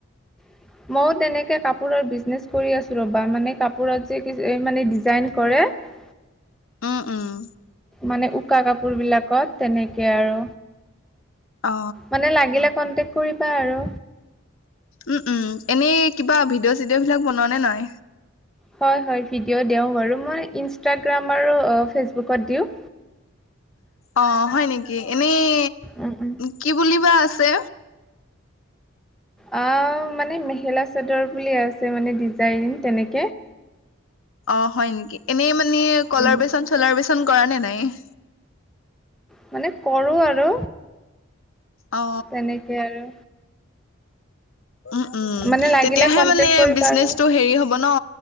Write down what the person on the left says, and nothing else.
উম উম
অ
উম উম এনেই কিবা ভিডিঅ' চিডিঅ' বিলাক বনোৱা নে নাই
অ হয় নেকি এনেই
কি বুলিবা আছে
অ হয় নেকি এনেই মানে কলাৰ
বেচন চলাৰ বেচন ন কৰা নে নাই
অ
উম উম
তেতিয়াহে
মানে
বিজনেচটো
হেৰি হব ন